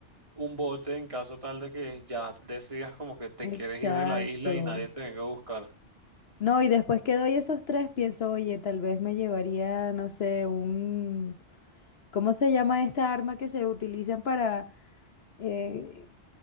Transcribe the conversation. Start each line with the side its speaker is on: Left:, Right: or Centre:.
Right: un bote en caso tal de que ya decidas como que te
Left: exacto.
Right: quieres ir de la isla y nadie te venga a buscar.
Left: No, y después que doy esos tres, pienso, oye, tal vez me llevaría, no sé, un... ¿Cómo se llama esta arma que se utilizan para... eh,